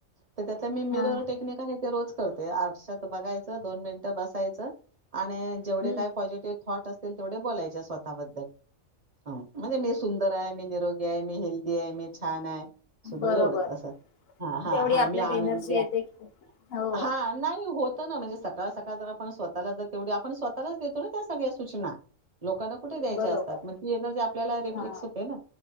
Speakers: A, on the right (about 50°); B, on the left (about 60°).
A: तर त्यातला मी मिरर
B: हा
A: टेक्निक आहे ते रोज करते आठशात बघायचं दोन मिनिटं बसायचं. आणि जेवढे
B: हम्म
A: काय पॉझिटिव्ह थॉट असतील तेवढे बोलायचे स्वतःबद्दल ह म्हणजे मी सुंदर आहे मी निरोगी आहे मी हेल्दी आहे मी छान आहे. सुधो
B: बरोबर
A: एवढंच असं हा हा
B: तेवढी
A: हा
B: आपल्यात
A: मी आनंदी
B: एनर्जी
A: आहे.
B: येते हो
A: हा नाही होत. तना म्हणजे सकाळ सकाळ तर आपण स्वतःला ज तेवढी आपण स्वतःच देतो ना त्या सगळ्या सूचना लोकांना कुठे द्यायच्या
B: बरोबर
A: असतात मग ती एनर्जी आपल्याला रिफ्लेक्स
B: हा
A: होते ना.